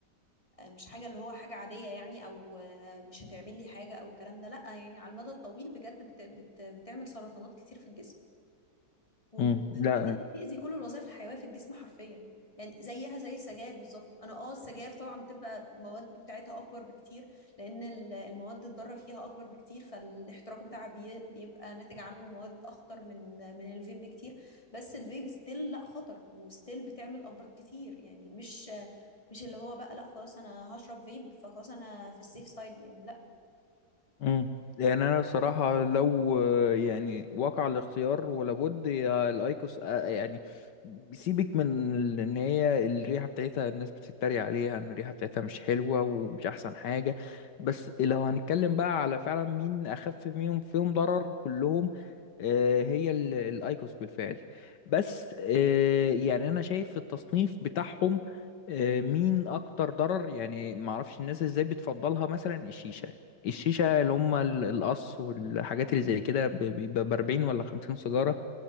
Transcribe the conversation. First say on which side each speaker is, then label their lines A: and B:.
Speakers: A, on the left; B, on the left.
A: آه، مش حاجة اللي هو حاجة عادية يعني او آه، مش هتعمل لي حاجة او الكلام ده لا يعني على المدى الطويل بجد بت بت بتعمل سرطانات كتير في الجسم وبتأذي
B: امم لا
A: كل الوظائف الحيوية في الجسم حرفيا يعني زيها زي السجاير بالظبط انا اه السجاير طبعا بتبقى مواد بتاعتها اكبر بكتير لان ال- المواد الضاره فيها اكبر بكتير فالاحتراق بتاعها بي- بيبقى ناتج عنه مواد اخطر من من الفيب بكتير بس الفيب ستيل لا خطر وستيل بتعمل امراض كتير يعني مش مش اللي هو بقى لا خلاص انا هشرب فيب فخلاص انا في السيف سايد يعني لا
B: مم. يعني انا الصراحه لو آه، يعني وقع الاختيار ولابد يا الايكوس آه، يعني سيبك من ال- ان هي الريحه بتاعتها الناس بتتريق عليها ان الريحه بتاعتها مش حلوه ومش احسن حاجه بس لو هنتكلم بقى على فعلا مين اخف منهم فيهم ضرر كلهم آه،
A: امم
B: هي ال- الايكوس بالفعل بس آه، يعني انا شايف التصنيف بتاعهم آه، مين اكتر ضرر يعني ما اعرفش الناس ازاي بتفضلها مثلا الشيشه الشيشه اللي هم ال- القص والحاجات
A: امم
B: اللي زي كده ب- بيبقى ب 40 ولا 50 سيجاره